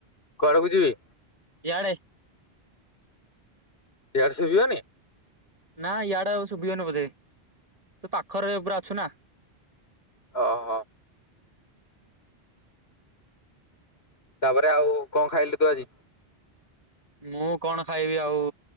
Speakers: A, on the left (about 75°); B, on the right (about 35°).
A: କୁଆଡ କୁ ଯିବି।
B: ଇଆଡେ।
A: ଇଆଡେ ସୁଭିବନି।
B: ନା ଇଆଡେ ଆଉ ଶୁଭିବନି ବୋଧେ ତୁ ପାଖରେ ପୁରା ଅଛୁ ନା।
A: ଓହୋ! ତାପରେ ଆଉ କଣ ଖାଇଲୁ? ତୁ ଆଜି
B: ମୁଁ କଣ ଖାଇବି, ଆଉ